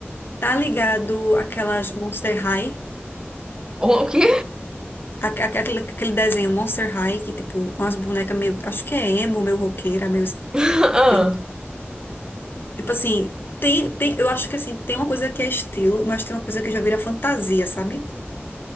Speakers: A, on the left; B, on the right.
A: tá ligado aquelas Monster High?
B: O o quê?
A: Aque- aque- Aquele, aquele desenho Monster High, que, tipo, umas bonecas meio. Acho que é emo, meio roqueira, meio. sei o
B: <laughs> Ah,
A: quê. Tipo assim, tem, tem, eu acho que assim, tem uma coisa que é estilo, mas tem uma coisa que já vira fantasia, sabe?